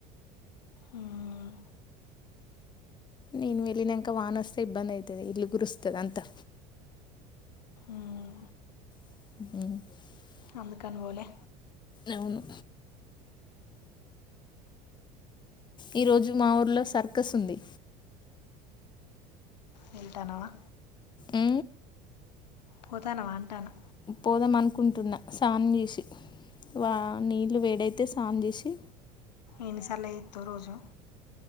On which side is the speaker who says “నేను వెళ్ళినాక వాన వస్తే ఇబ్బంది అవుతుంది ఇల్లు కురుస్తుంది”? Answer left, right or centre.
Left